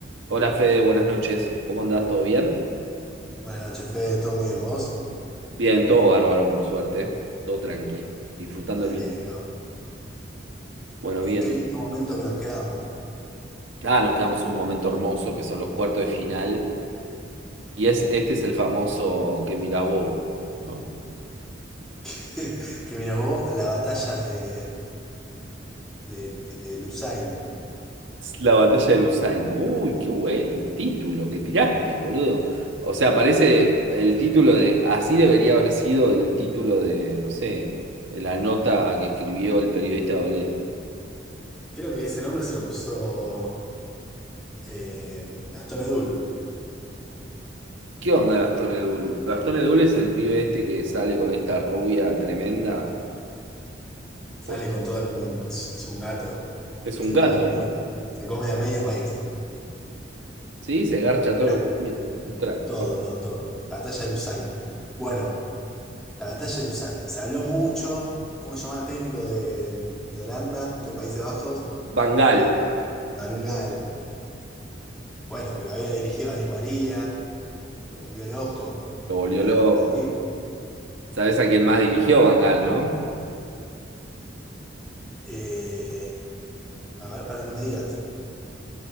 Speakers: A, on the right; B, in the centre.
A: Hola Fede, buenas noches. ¿Cómo andás? ¿Todo bien?
B: Buenas noches, Fede, ¿todo muy bien vos?
A: Bien, todo bárbaro, por suerte. Todo tranqui, disfrutando
B: Me
A: el
B: alegro.
A: bien. Bueno,
B: En
A: bien.
B: qué lindo momento que nos quedamos.
A: Ah, nos quedamos en un momento hermoso que son los cuartos de final. Y es, este es el famoso que mirás vos, ¿no?
B: <laughs> Que mira vos, la batalla de, de, de Lusain.
A: Es La batalla de Lusain. Uy, qué buen título que tiraste, boludo. O sea, parece el título de. Así debería haber sido el título de, no sé, de la nota que escribió el periodista Olé.
B: Creo que ese nombre se lo puso eh, Gastón Edul.
A: ¿Qué onda Gastón Edul? Gastón Edul es el pibe este que sale con esta rubia tremenda.
B: Sale
A: Pues
B: con todo el mundo, es, es un gato.
A: es un
B: Se
A: gato,
B: come a medio,
A: ¿no?
B: se come a medio país.
A: Sí, se garcha
B: Un Crack.
A: todo lo que camina. Un crack.
B: Todo,
A: Bueno,
B: todo, todo. La batalla de Lusain. Bueno, la batalla de Lusain. Se habló mucho. ¿Cómo se llamaba el técnico de, de Holanda, de Países Bajos?
A: Van Gaal
B: Eh, Van Gaal. Bueno, que lo había dirigido a Di María, lo volvió loco
A: lo volvió
B: en el
A: loco.
B: Real Madrid.
A: ¿Sabés a quién más dirigió Van Gaal, no?
B: Eh, a ver, para no me digas.